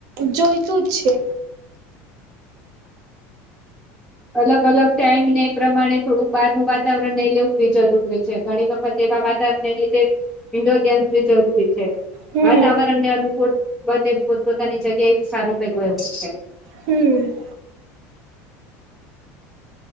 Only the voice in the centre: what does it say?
અલગ-અલગ ટાઈમને એ પ્રમાણે થોડુંક બહારનું વાતાવરણ લઈ લેવું બી જરૂર હોય છે. ઘણી વખત એવા વાતાવરણને લીધે ઈન્ડોર ગેમ્સ બી જરૂરી છે.
વાતાવરણને અનુકૂળ બધે પોત-પોતાની જગ્યાએ સારું પેલું એવું હોય છે.